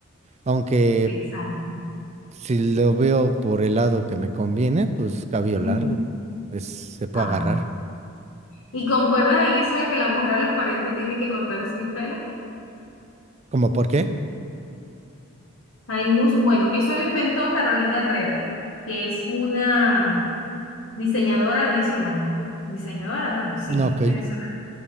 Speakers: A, on the right; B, on the left.
A: Aunque
B: Exacto.
A: si lo veo por el lado que me conviene, pues cabello largo.
B: Ujú.
A: Pues se puede
B: Ah,
A: agarrar.
B: ¿y concuerdas en eso de que la mujer a los 40 tiene que cortarse el pelo?
A: ¿Cómo por qué?
B: Hay mucho, bueno, eso lo inventó Carolina Herrera, que es una diseñadora venezolana. Diseñadora, no, sí,
A: No, ok.
B: venezolana.